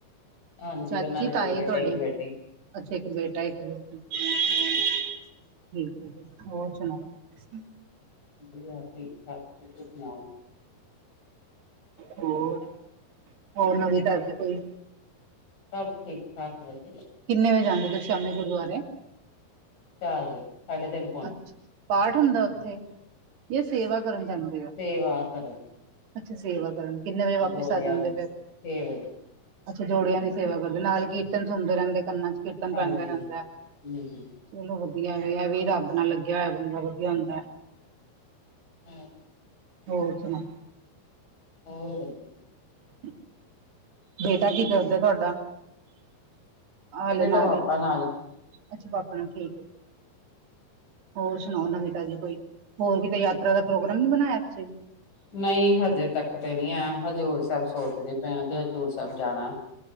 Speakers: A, on the left (about 45°); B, on the right (about 90°).
A: ਹਾਂਜੀ
B: ਚਾਚੀ
A: ਉਹ ਨਾਲ
B: ਤਾਈ
A: ਦੋ ਬੇਟੇ
B: ਤੁਹਾਡੀ
A: ਇੱਕ ਬੇਟੀੇ
B: ਅੱਛਾ ਇੱਕ ਬੇਟਾ ਇੱਕ ਬੇਾ ਠੀਕ ਹੈ ਜੀ ਹੋਰ ਸੁਣਾਓ
A: ਵਧੀਆ ਠੀਕ ਠਾਕ ਤੁਸੀਂ ਸੁਣਾਓ
B: ਹੋਰ ਹੋਰ ਨਵੀਂ ਤਦੀ ਕੋਈ
A: ਸਭ ਠੀਕ ਠਾਕ ਵਧੀਆ
B: ਕਿੰਨੇ ਵਜੇ ਜਾਂਦੇ ਤੁ ਸ਼ਾਮੀ ਗੁਰਦੁਆਰੇ
A: ਚਾਲ ਸਾਡੇ ਤਨ
B: ਅੱ ਪਾਠ ਹੁੰਦਾ ਉੱਥੇ ਇਹ ਸੇਵਾ ਕਰਨ ਜਾਂਦਾ
A: ਸੇਵਾ ਕਰਦੇ
B: ਅੱਛਾ ਸੇਵਾ ਕਰਨ ਕਿੰਨੇ ਵਜੇ ਵਾਪਿਸ
A: ਜੋੜਿਆਂ
B: ਆ ਜਾਂਦੇ
A: ਨੂੰ
B: ਫਿਰ
A: ਛੇ ਵਜੇ
B: ਅੱਛਾ ਜੋੜਿਆਂ ਦੀ ਸੇਵਾ ਕਰਦੇ ਨਾਲ ਕੀਰਤਨ ਸੁੰਦਰ ਰਹਿੰਦੇ ਕੰਨਾਂ ਚ ਕੀਰਤਨ ਖਤਮ
A: ਹਾਂਜੀ
B: ਪੈਂਦਾ ਰਹਿੰਦਾ
A: ਹੂੰ
B: ਚਲੋ ਵਧੀਆ ਵੀ ਵੀ ਰੱਬ ਨਾਲ ਲੱਗਿਆ ਹੋਇਆ ਬੰਦਾ ਵਧੀਆ ਹੁੰਦਾ
A: ਹਮ
B: ਹੋਰ ਸੁਣਾ
A: ਰ ਵੱ
B: ਹ ਬੇਟਾ ਕੀ ਕਰਦਾ ਤੁਹਾਡਾ ਹਲੇੇ
A: ਬੇਟਾ
B: ਨਾ
A: ਪਾਪਾ
B: ਵੀ
A: ਨਾਲ
B: ਅੱਛਾ ਪਾਪਾ ਨਾਲ ਠੀਕ ਹੋਰ ਸੁਣਾਓ ਨਵਿਤਾ ਜੀ ਕੋਈ ਹੋਰ ਕਿਤੇ ਯਾਤਰਾ ਦਾ ਪ੍ਰੋਗਰਾਮ ਨੀ ਬਣਾਇਆ ਤੁਸੀਂ
A: ਨਹੀਂ ਹਜੇ ਤੱਕ ਤੇ ਨਹੀਂੀ ਹੈ ਹਜ਼ੂਰ ਸਾਹਿਬ ਸੋਚਦੇ ਪੈਣਗੇ ਹਜ਼ੂਰ ਸਾਹਿਬ ਜਾਣਾ